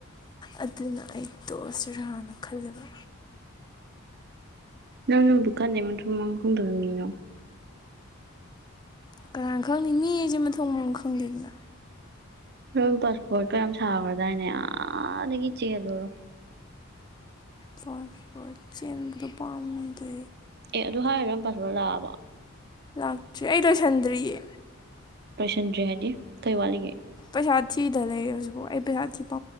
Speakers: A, on the left; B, on the right.
A: ꯑꯗꯨꯅ ꯑꯩ ꯇꯣꯛꯑꯁꯤꯔꯥꯅ ꯈꯜꯂꯕ
B: ꯅꯪ ꯅ ꯕꯨ ꯀꯥꯟ ꯅ ꯁꯃꯥꯡ ꯀꯨꯝꯟꯗꯣꯏꯃꯤꯣ
A: ꯀꯅꯥꯅ ꯈꯪꯅꯤ ꯃꯤ ꯑꯩꯁꯦ ꯃ ꯊꯣꯡ ꯃꯔꯝ ꯈꯪꯗꯦꯗꯅ
B: ꯅ ꯄꯥꯁꯄꯣꯔꯠ ꯀ ꯌꯥꯝ ꯁꯥꯈ꯭ꯔꯗꯥꯏꯅꯦ ꯑꯥꯗꯒꯤ ꯆꯦꯜꯂꯨꯔꯣ
A: ꯐꯥꯁꯐꯣꯔꯗ ꯆꯦꯟꯕꯗ ꯄꯥꯝꯅꯗ
B: ꯑꯦ ꯑꯗꯨ ꯍꯥꯏꯔꯅ ꯄꯊꯣꯔ ꯂꯥꯛꯑꯕ
A: ꯂꯥꯛꯇ꯭ꯔꯤ ꯑꯩ ꯂꯣꯏꯁꯟꯗ꯭ꯔꯤꯌꯦ
B: ꯂꯣꯏꯁꯟꯗ꯭ꯔꯤ ꯍꯥꯏꯗꯤ ꯀꯩ ꯋꯥꯠꯂꯤꯒꯦ
A: ꯄꯩꯁꯥ ꯊꯤꯗꯅ ꯂꯩ ꯍꯧꯖꯤꯛꯐꯥꯎ ꯑꯩ ꯄꯩꯁꯥ ꯊꯤ ꯄ